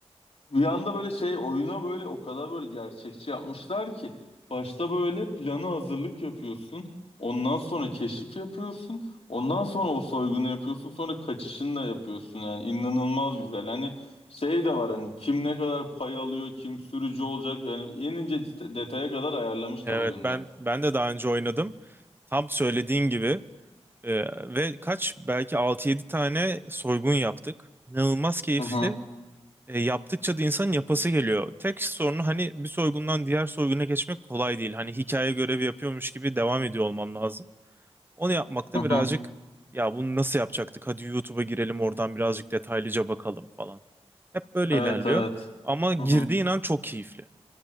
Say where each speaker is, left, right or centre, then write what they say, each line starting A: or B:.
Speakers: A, on the left; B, on the right.
A: Bir anda böyle şey oyuna böyle o kadar böyle gerçekçi yapmışlar ki başta böyle plana hazırlık yapıyorsun. Ondan sonra keşif yapıyorsun. Ondan sonra o soygunu yapıyorsun. Sonra kaçışını da yapıyorsun. Yani inanılmaz güzel. Hani şey de var hani kim ne kadar pay alıyor, kim sürücü olacak. Yani en ince det- detaya kadar ayarlamışlar
B: Evet
A: oyunda.
B: ben ben de daha önce oynadım. Tam söylediğin gibi Ee, ve kaç belki altı yedi tane soygun yaptık. İnanılmaz keyifli.
A: Hı hı,
B: Ee, yaptıkça da insanın yapası geliyor. Tek sorunu hani bir soygundan diğer soyguna geçmek kolay değil. Hani hikaye görevi yapıyormuş gibi devam ediyor olman lazım. Onu yapmakta
A: hı
B: birazcık
A: hı.
B: ya bunu nasıl yapacaktık? Hadi YouTube'a girelim oradan birazcık detaylıca bakalım falan. Hep böyle
A: Evet
B: ilerliyor.
A: evet.
B: Ama girdiğin
A: Hı hı.
B: an çok keyifli.